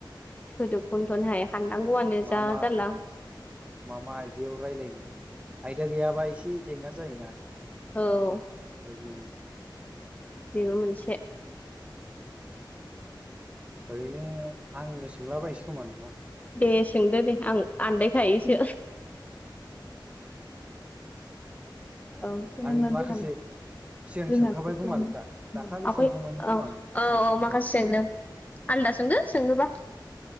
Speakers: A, on the left; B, on the right.
A: सोदोब खनथ'नोहाय हाननांगौआनो
B: मा
A: जा
B: मा
A: जारला
B: मा मा आयदायाव रायलायनो आयदा गैयाबा एसे जेंना जायोना।
A: औ।
B: <unintelligible>
A: बेबो मोनसे।
B: ओरैनो आंनो सोंलाबायसै खोमा नोंनाव।
A: दे सोंदो दे आं आनदायखायोसो। औ सोनानो
B: आं माखासे
A: रोांग <unintelligible>
B: सिगां
A: रोंङा
B: सोंखाबाय
A: बिदि खालामनो
B: खोमा दा दाखालि
A: आवगाय
B: सोंखांबायमोन खोमा
A: औ
B: आं सोंथिफोरखौ
A: औ माखासेयैनो। आलदा सोंदो सोंनोबा।